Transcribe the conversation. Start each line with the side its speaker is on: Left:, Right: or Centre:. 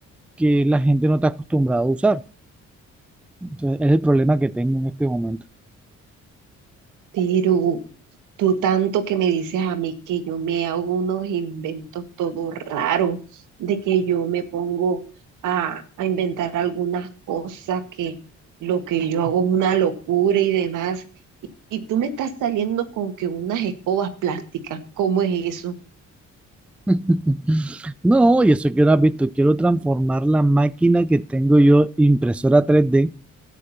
Centre: que la gente no está acostumbrada a usar. Entonces, es el problema que tengo en este momento.
Right: pero tú tanto que me dices a mí que yo me hago unos inventos todo raro, de que yo me pongo a, a inventar algunas cosas, que lo que yo hago es una locura y demás. Y, y tú me estás saliendo con que unas escobas plásticas, ¿cómo es eso?
Centre: <laughs> No, y eso que no has visto, quiero transformar la máquina que tengo yo, impresora 3D,